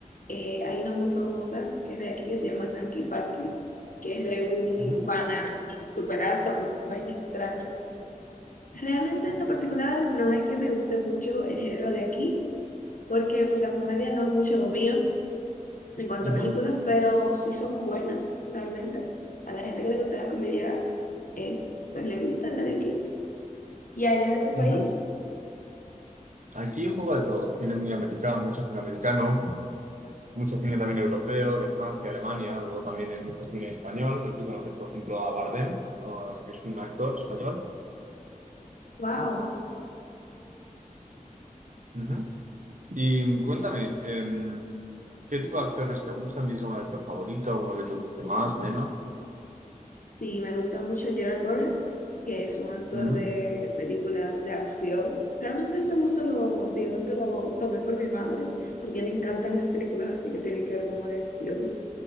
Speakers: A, on the left; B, on the right.
A: Eh, hay una muy famosa que es de aquí que se llama Sankey Panky, que es de un
B: Ujú,
A: pana super alto con unos bailes extraños. Realmente en lo particular no es que me guste mucho el género de aquí, porque pues la comedia no es mucho lo mío en cuanto
B: ujú,
A: a películas, pero sí son buenas realmente. A la gente que le gusta la comedia es, pues, le gusta la de aquí. Y allá de tu
B: ujú.
A: país,
B: Aquí un poco de todo. Cine muy americano, mucho cine americano, mucho cine también europeo, de Francia, Alemania. Luego también hay mucho cine español. Aquí conoces, por ejemplo, a Bardem, a- que es un actor español.
A: wow,
B: Ujú. Y cuéntame, em, ¿qué tipo de actores te gustan? ¿Tienes algún actor favorito? ¿Alguno que te guste más, menos?
A: sí, me gusta mucho Gerard Butler, que es un actor
B: Ujú,
A: de películas de acción. Realmente ese gusto lo, digo que lo tomé por mi madre, porque a él le encantan las películas así que tienen que ver como de acción.